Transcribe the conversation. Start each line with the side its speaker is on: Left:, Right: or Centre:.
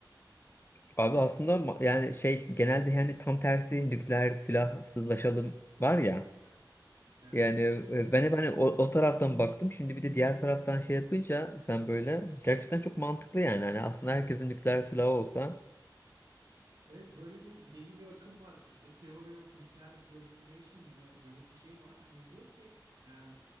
Left: abi aslında ma- yani şey genelde yani tam tersi nükleer silahsızlaşalım var ya.
Right: Evet.
Left: Yani e, ben hep hani o, o taraftan baktım. Şimdi bir de diğer taraftan şey yapınca sen böyle gerçekten çok mantıklı yani. Hani aslında herkesin nükleer silahı olsa
Right: Evet böyle bir deli bir akım var. İşte Theory of Nuclear Proliferation mı ne böyle bir şey var. Hani diyor ki e,